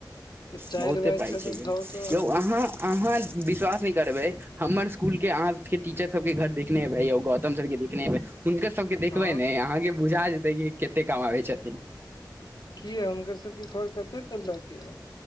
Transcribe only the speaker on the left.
तऽ चारि
बैच
तऽ
धऽ कऽ
हँ
कीया हुनकर सबके घर कत्ते तल्ला के ये?